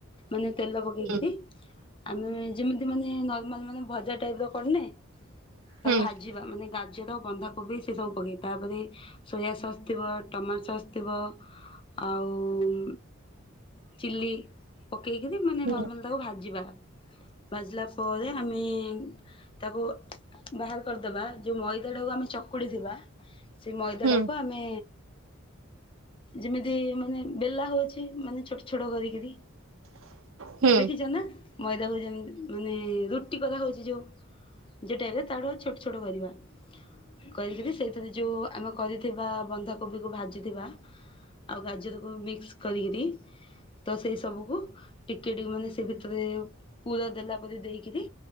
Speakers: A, on the left; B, on the right.
A: ମାନେ ତେଲ ପକେଇକରି
B: ହୁଁ
A: ଆମେ ଯେମିତି ମାନେ ନର୍ମାଲ ମାନେ ଭଜା ଟାଇପର କରନେ ତାକୁ
B: ହୁଁ
A: ଭାଜିବା ମାନେ ଗାଜର ବନ୍ଧାକୋବି ସେ ସବୁ ପକେଇ ତାପରେ ସୋୟା ସସ୍ ଥିବ, ଟମାଟୋ ସସ୍ ଥିବ ଆଉ ଚିଲି ପକେଇକିରି ମାନେ ନର୍ମାଲ
B: ହୁଁ
A: ତାକୁ ଭାଜିବା। ବାଜିଲା ପରେ ଆମେ ତାକୁ ବାହାର କରିଦବା ଯୋଉ ମଇଦାଟାକୁ ଆମେ ଚକୁଡ଼ି ଥିବା ସେ ମଇଦାଟାକୁ
B: ହୁଁ
A: ଆମେ ଯେମିତି ମାନେ ବେଲା ହୋଉଚି ମାନେ ଛୋଟ ଛୋଟ କରିକରି
B: ହୁଁ
A: ଦେଖିଚ ନା ମଇଦାକୁ ଯେମତି ମାନେ ରୁ ଠିକ୍ କଥା କୋହୁଚି ଯୋଉ ଯେ ଟାଇପରେ ତାଠୁ ଛୋଟ ଛୋଟ କରିବ? କରିକିରି ସେଇଥିରେ ଯେଉଁ ଆମେ କରିଥିବା ବନ୍ଧାକୋବିକୁ ଭାଜିଥିବା ଆଉ ଗାଜରକୁ ମିକ୍ସି କରିକିରି ତ ସେଇ ସବୁକୁ ଟିକେ ଟିକେ ମାନେ ସେ ଭିତରେ ପୁର ଦେଲା ବୋଲି ଦେଇକିରି